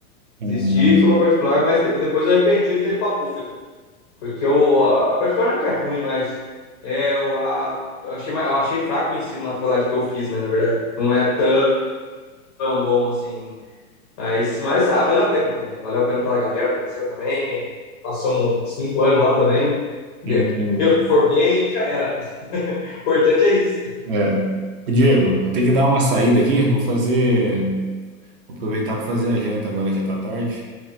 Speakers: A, on the right; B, on the left.
A: Hum,
B: Desisti e fui para particular, mas de- depois eu arrependi de ter ido para pública. Porque eu, a a particular não é que é ruim, mas é, eu, a, eu achei, ma- eu achei fraco o ensino na faculdade que eu fiz, né? Na verdade, não é tão, bom assim. Mas, mas ah, valeu a pena também. Valeu a pena pela galera, conheceu também. Passamos uns cinco anos lá também. Entendeu?
A: Sim, sim, mesmo.
B: E Eu formei e já era. <laughs> O importante é isso.
A: É. Ô, Diego, vou ter que dar uma saída aqui, vou fazer, vou aproveitar para fazer a janta agora, já tá tarde.